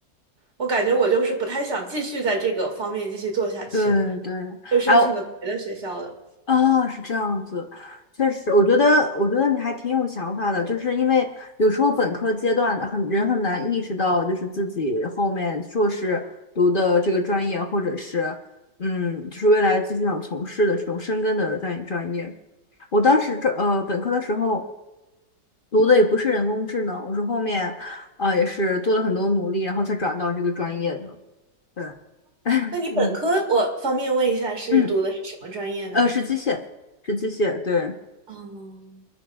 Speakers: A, on the right; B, on the left.
A: 我感觉我就是不太想继续在这个方面继续做下去，
B: 对对，
A: 就申请了别的学校的。
B: 哎，啊，是这样子，确实，我觉得，我觉得你还挺有想法的，就是因为有时候本科阶段的很人很难意识到，就是自己后面硕士读的这个专业，或者是嗯，就是未来继续想从事的这种深耕的专专业。我当时这呃本科的时候读的也不是人工智能，我是后面啊也是做了很多努力，然后才转到这个专业的。对，<laughs>
A: 那你本科，
B: 嗯
A: 我方便问一下，是读的是什么专业呢？
B: 嗯，呃，是机械，是机械，对。
A: 哦，